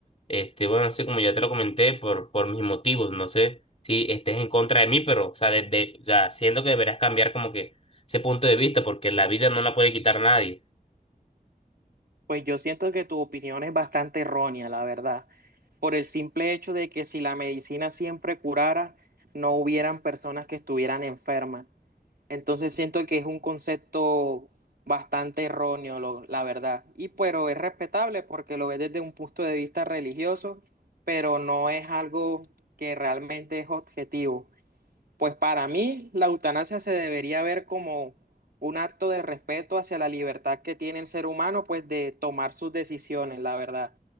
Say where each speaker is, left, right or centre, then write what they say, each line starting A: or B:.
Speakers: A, on the left; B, on the right.
A: este, bueno, así como ya te lo comenté, por, por mis motivos, no sé si estés en contra de mí, pero, o sea, desde, o sea, siento que deberás cambiar como que ese punto de vista, porque la vida no la puede quitar nadie.
B: Pues yo siento que tu opinión es bastante errónea, la verdad, por el simple hecho de que si la medicina siempre curara, no hubieran personas que estuvieran enfermas. Entonces siento que es un concepto bastante erróneo, lo- la verdad. Y pero es respetable porque lo ves desde un punto de vista religioso, pero no es algo que realmente es objetivo. Pues para mí la eutanasia se debería ver como un acto de respeto hacia la libertad que tiene el ser humano, pues de tomar sus decisiones, la verdad.